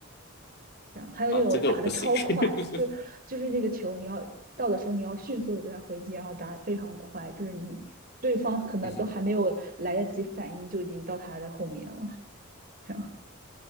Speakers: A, on the right (about 40°); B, on the left (about 50°).
A: 这样还有那种打的超快，
B: 啊，这个我不行。<laughs>
A: 就就是那个球你要到的时候你要迅速的给他回击，然后打的非常快，就是你对方可能都还没有来得及反应就已经到他的后面了。
B: 嗯哼，
A: 这样，